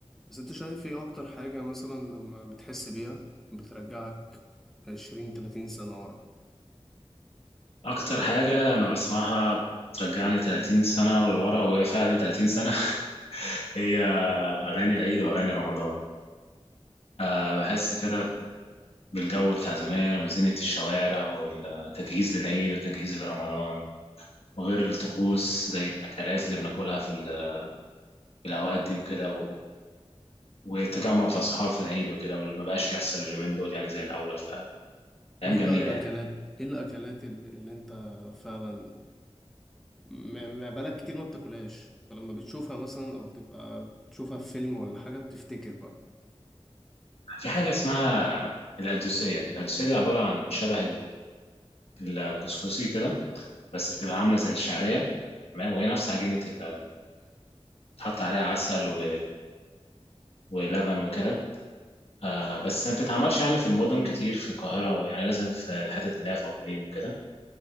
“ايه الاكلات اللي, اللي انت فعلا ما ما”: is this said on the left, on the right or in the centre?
Centre